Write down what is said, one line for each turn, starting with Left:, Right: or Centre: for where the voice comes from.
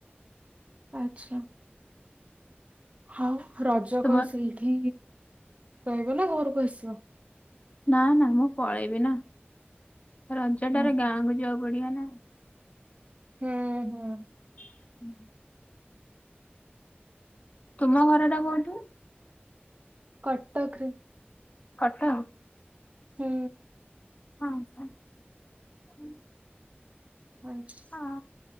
Right: ଆଚ୍ଛା। ହଉ ରଜକୁ
Left: ତୁମ
Right: ସେଇଠି ରହିବ ନା ଘରକୁ ଆସିବ?
Left: ନା ନା ମୁଁ ପଳେଇବି ନା। ରଜଟାରେ
Right: ହୁଁ
Left: ଗାଁକୁ ଯିବାକୁ ପଡିବ ନା।
Right: ହୁଁ ହୁଁ।
Left: ହୁଁ। ତୁମ ଘରଟା କୋଉଠି?
Right: କଟକ ରେ।
Left: କାଟକ।
Right: ହୁଁ।
Left: ହଁ ହଁ ହୁଁ
Right: ଆଚ୍ଛା।
Left: ଅ।